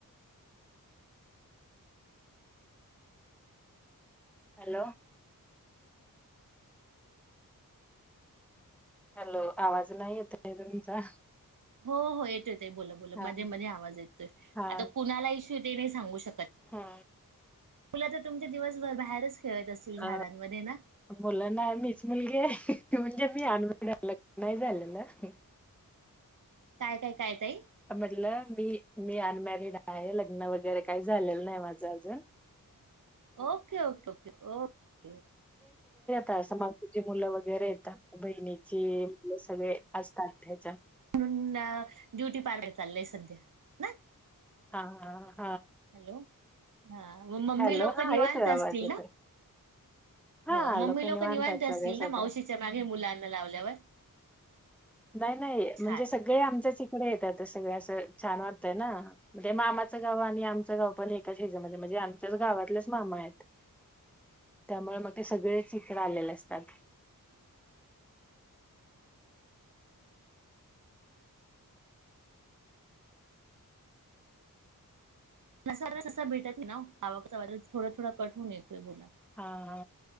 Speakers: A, in the centre; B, on the right.
A: हॅलो हॅलो आवाज नाही येत आहे नाही तुमचा
B: हो हो येतो येतो बोला बोला
A: हा
B: मध्ये मध्ये आवाज येतोय
A: हा
B: आता कुणाला इशू ते नाही सांगू श शकत.
A: हा
B: मुल तर तुमचे दिवसभर बाहेरच खेळत असतील झाडांमध्ये
A: अ
B: ना
A: मुलं नाही मीच मुलगी आहे. म्हणजे मी अनमॅरीड आहे लग्न नाही झालेलं.
B: काय काय काय ताई.
A: म्हटलं मी मी अनमॅरिड आहे लग्न वगैरे काही झालेलं नाही माझं अजून.
B: Okay okay okay okay.
A: तस मावशीची मुलं वगैरे येतात बहिणीची मुलं सगळे असतात इथे.
B: म्हणून अ ब्युटी पार्लर चाललंय सध्या ना.
A: हा हा हा.
B: हॅलो हा म मम्मी
A: हॅलो.
B: लोक
A: हां,
B: निवांत
A: येतोय आवाज
B: असतील
A: येतोय.
B: ना.
A: हां,
B: हो मम्मी
A: लोकं
B: लोक निवांत
A: आहेत सगळे
B: असतील
A: सध्या.
B: ना मावशीच्या मागे मुलांना लावल्यावर.
A: नाही नाही
B: छान.
A: म्हणजे सगळे आमच्याच इ इकडे येतात सगळ असं छान वाटतय ना म ते मामाचं गाव आणि आमचं गाव पण एकाच हच्यामध्ये म्हणजे आमच्याच गावातलेच मामा आहेत त्यामुळे मग ते सगळेच इकडे आलेले असतात.
B: <unintelligible>
A: हा हा